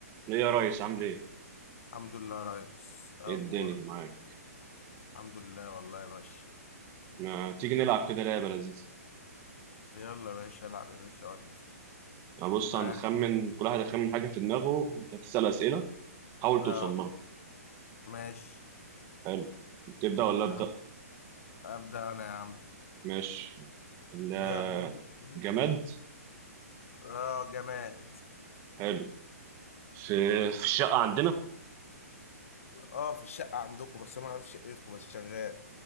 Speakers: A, on the right; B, on the left.
A: ليه يا ريس عامل ايه؟
B: الحمد لله يا ريس اخبارك
A: ايه الدنيا معاك؟
B: الحمد لله والله يا باشا
A: ما تيجي نلعب كده لعبة لذيذة
B: يلا يا باشا العب يا باشا ود
A: يعني بص
B: معاك
A: هنخمن كل واحد هيخمن حاجة في دماغه وانت هتسأل أسئلة حاول
B: اه
A: توصل لها
B: ماشي
A: حلو تبدأ ولا
B: يلا
A: أبدأ؟
B: ابدا انا يا عم
A: ماشي ال-
B: يلا
A: جماد
B: اه جماد
A: حلو في في الشقة عندنا
B: اه في الشقه عندكم بس انا ما اعرفش شقتكم بس شغال